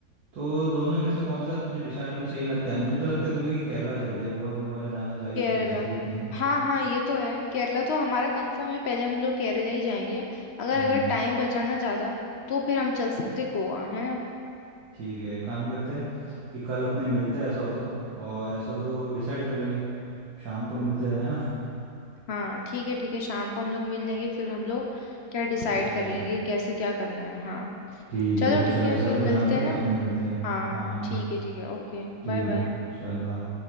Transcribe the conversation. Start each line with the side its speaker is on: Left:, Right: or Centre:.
Right: तो दोनों में से कौन सा तुझे डिसाइड करना सही लगता है मुझे तो लगता है तू भी कि केरला चलते हैं गोवा तो दोबारा जाना जा ही
Left: केरला
Right: सकता है ऐसा कुछ नहीं है
Left: हाँ हाँ ये तो है केरला तो हमारा कंफर्म है पहले हम लोग केरला ही जाएंगे अगर
Right: हम्म
Left: अगर टाइम बचाना ज़्यादा तो फिर हम चल सकते गोवा है ना
Right: ठीक है एक काम करते हैं कि कल अपने मिलते हैं ऐसा हो तो और ऐसा हो तो डिसाइड कर लेंगे शाम को मिलते हैं है ना
Left: हाँ ठीक है ठीक है शाम को हम लोग मिल लेंगे फिर हम लोग क्या डिसाइड
Right: डिसाइड
Left: कर
Right: कर
Left: लेंगे
Right: लेंगे
Left: कैसे क्या करना है हाँ
Right: ठीक
Left: चलो
Right: है फिर
Left: ठीक
Right: चल
Left: है
Right: ऐसा
Left: फिर
Right: हो तो
Left: मिलते
Right: ध्यान रख
Left: हैं ना
Right: अपने मिलते हैं
Left: हाँ
Right: हाँ
Left: ठीक है ठीक है ओके
Right: ठीक
Left: बाय बाय
Right: है चल बाय